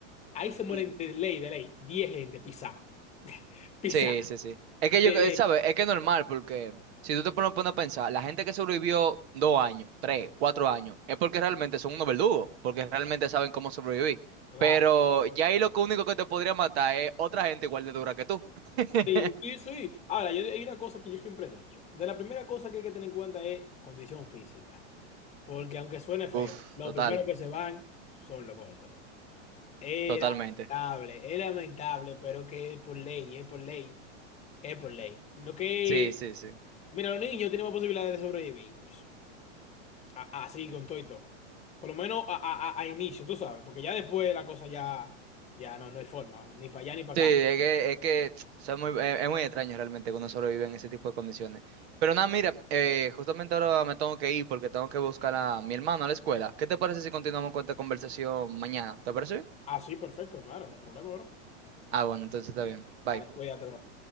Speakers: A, on the left; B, on the right.
A: Ahí se mueren
B: Ujú.
A: de ley, de ley, 10 gente pisá. <laughs> Pisá,
B: Sí, sí, sí. Es que yo,
A: de ley.
B: eh, ¿sabes? Es que es normal, porque si tú te pones pones a pensar, la gente que sobrevivió dos años, tres, cuatro años, es porque realmente son unos verdugos, porque realmente saben cómo sobrevivir.
A: Claro.
B: Pero ya ahí lo que único que te podría matar es otra gente igual de dura que tú. <laughs>
A: Sí, sí, sí. Ahora, yo- hay una cosa que yo siempre he dicho. De la primera cosa que hay que tener en cuenta es condición física. Porque aunque suene feo,
B: Uf,
A: los
B: total,
A: primeros que se van son los gordos. Es
B: totalmente.
A: lamentable, es lamentable, pero que es por ley, es por ley, es por ley. Lo que,
B: Sí, sí, sí.
A: mira, los niños tenemos posibilidades de sobrevivir incluso. A- Así, con todo y todo. Por lo menos a, a- a- a inicio, tú sabes, porque ya después la cosa ya, ya no, no hay forma, ni para allá ni para
B: Sí, es
A: acá.
B: que, es que <tsk> o sea, muy- es, es muy extraño realmente que uno sobrevive en ese tipo de condiciones. Pero nada, mira, eh, justamente ahora me tengo que ir porque tengo que buscar a mi hermano a la escuela. ¿Qué te parece si continuamos con esta conversación mañana? ¿Te parece? bien?
A: Ah, sí, perfecto, claro, no hay problema, bro.
B: Ah, bueno, entonces está bien. Bye.
A: Dale, cuídate, bro.